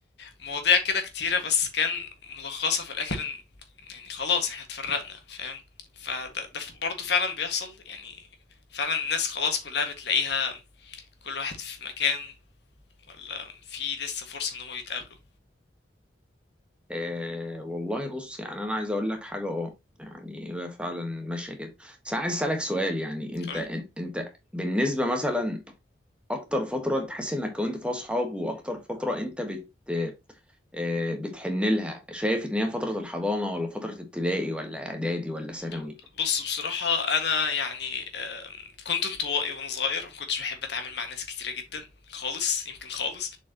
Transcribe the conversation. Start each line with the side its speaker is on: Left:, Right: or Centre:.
Left: مواضيع كده كتيرة بس كان ملخصها في الآخر إن يعني خلاص احنا اتفرقنا فاهم فده ده ف- برضه فعلا بيحصل يعني فعلا الناس خلاص كلها بتلاقيها كل واحد في مكان ولا في لسه فرصة إن هما يتقابلوا
Centre: أه والله بص يعني انا عايز اقول لك حاجه اه يعني هي فعلا ماشيه كده بس انا عايز اسالك سؤال يعني انت
Left: قول
Centre: ان- انت بالنسبه مثلا اكتر فتره انت حاسس انك كونت فيها اصحاب واكتر فتره انت بت آه، بتحن لها شايف ان هي فترة الحضانة ولا فترة ابتدائي ولا اعدادي ولا ثانوي
Left: ب- بص بصراحة أنا يعني آه، كنت انطوائي وأنا صغير مكنتش بحب أتعامل مع ناس كتيرة جدا خالص يمكن خالص